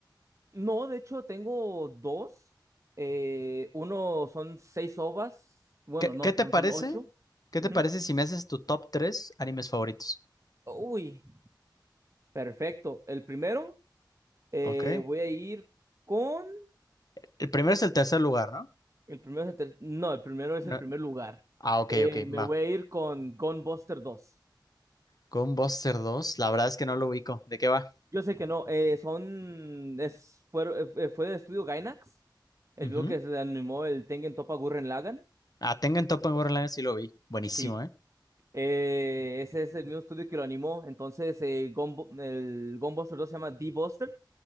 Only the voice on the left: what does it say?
¿Qué,
qué te
parece?
¿Qué
te parece si me haces tu top 3 animes favoritos?
Ok.
El primero es el tercer lugar, ¿no?
No,
Ah, ok,
ok,
va.
Con Buster 2, la verdad es que no lo ubico. ¿De qué va?
Ujú.
Ah, Tengen Toppa en Borderlands sí lo vi. Buenísimo,
¿eh?